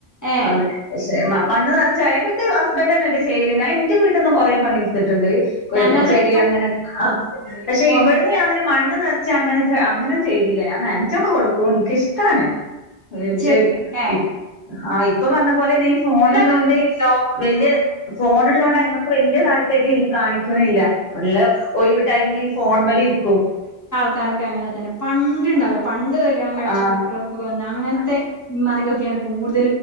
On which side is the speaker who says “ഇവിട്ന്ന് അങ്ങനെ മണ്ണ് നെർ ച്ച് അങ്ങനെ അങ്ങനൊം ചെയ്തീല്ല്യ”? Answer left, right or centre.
Left